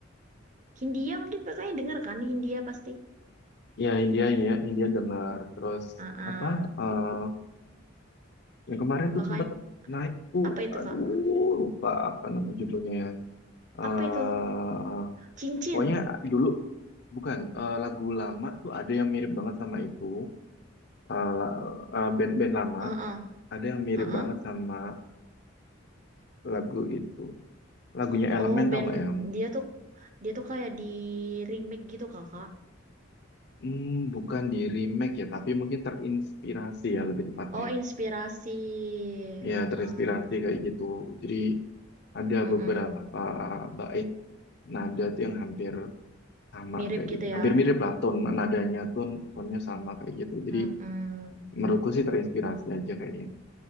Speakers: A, on the right (about 40°); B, on the left (about 60°).
A: Hindia mungkin kakaknya denger kan? Hindia pasti.
B: Ya India ini ya India dengar terus
A: Ah,
B: apa eh yang kemarin
A: Kakak
B: tuh sempat naik tuh
A: apa itu
B: aduh
A: Kak?
B: lupa apa nama judulnya ya. eh
A: Apa itu? Cincin.
B: pokoknya dulu bukan eh, lagu lama tuh ada yang mirip banget sama itu eh la- eh, band band lama
A: Heeh,
B: ada yang mirip
A: heeh.
B: banget sama lagu itu lagunya Elemen
A: Oh, band
B: tau nggak ya kamu?
A: dia tuh dia tuh kayak di remake gitu Kakak.
B: Hmm, bukan di remake ya tapi mungkin terinspirasi ya lebih tepatnya
A: Oh, inspirasi. Heeh.
B: ya terinspirasi kayak gitu jadi ada
A: mm
B: beberapa bait nada tuh yang hampir sama
A: Mirip
B: kayak
A: gitu
B: gitu.
A: ya.
B: Hampir mirip lah ton nadanya tuh tonnya sama kayak gitu. Jadi
A: Mm-mm.
B: menurutku sih terinspirasi aja kayaknya